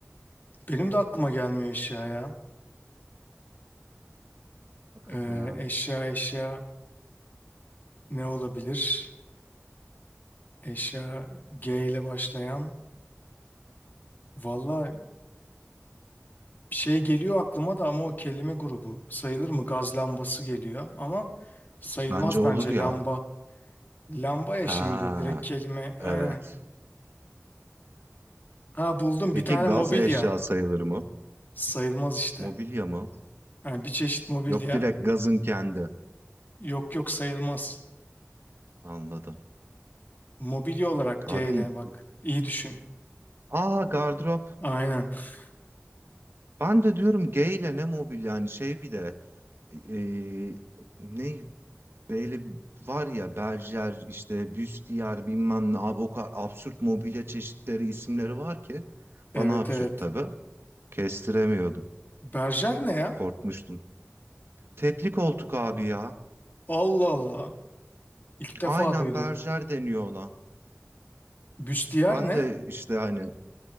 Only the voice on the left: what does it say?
Benim de aklıma gelmiyor eşya ya.
Ee,
eşya eşya ne olabilir? Eşya G ile başlayan. Valla şey geliyor aklıma da ama o kelime grubu sayılır mı? Gaz lambası geliyor ama sayılmaz
bence
lamba. Lamba ya
şimdi direkt kelime aynen.
Ha buldum
bir tane
mobilya.
Sayılmaz işte.
Yani bir çeşit mobilya.
Yok yok sayılmaz.
Mobilya olarak G
ile bak. İyi düşün.
Aynen. <laughs>
Evet
evet.
Berjer ne ya?
Allah Allah. İlk defa
duydum.
Büstiyer
ne?